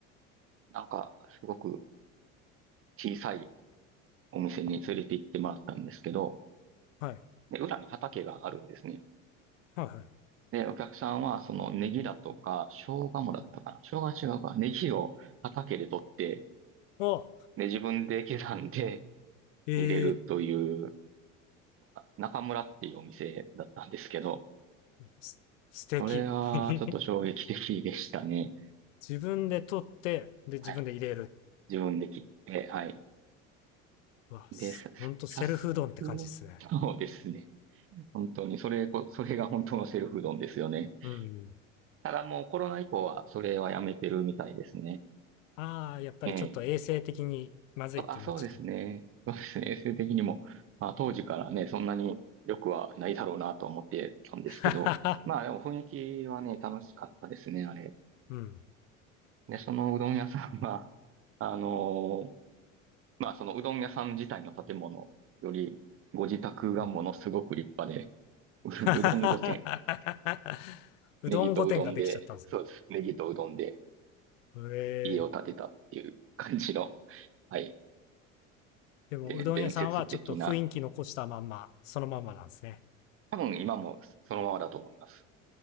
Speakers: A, on the right; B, on the left.
A: なんか、すごく小さいお店に連れて行ってもらったんですけど、
B: はい、
A: で、裏に畑があるんですね。
B: はい、はい。
A: で、お客さんは、そのネギだとか、生姜もだったかな。
B: はい
A: 生姜は違うか。ネギを畑で取って、
B: お、
A: で、自分で刻んで
B: ええ
A: 入れるという、中村っていうお店だったんですけど、
B: ーす素敵。
A: それはちょっと衝撃的でしたね。
B: <laughs> 自分で取って、で、自分で入れる。
A: はい。自分で切って、はい。
B: うわ、
A: で、
B: すほんとセルフうどんって感じですね。
A: さ、さ、さす、そうですね。本当に、それこ、それが本当のセルフうどんですよね。
B: うん。
A: ただもうコロナ以降は、それはやめてるみたいですね。
B: ああ、やっぱりちょっと衛生的にまずいってなっちゃった。
A: ええ。そあ、そうですね。そうですね。衛生的にも、まあ、当時からね、そんなに良くはないだろうなとは思ってたんですけど、
B: <laughs>
A: まあでも雰囲気はね、楽しかったですね、あれ。
B: うん。<laughs> う
A: で、そのうどん屋さんは、<laughs> あのーまあそのうどん屋さん自体の建物より、ご自宅がものすごく立派で、
B: ん
A: <laughs>
B: はははは
A: う、うどん御殿、
B: うどん御殿ができちゃったんですね。
A: ネギとうどんで、そうです。ネギとうどんで
B: へえ。
A: 家を建てたっていう感じの、はい。
B: でも、
A: で、
B: うどん屋さんはちょっと雰囲気残したまんま、
A: 伝説的な、
B: そのまんまなんですね。
A: 多分今もそのままだと思います。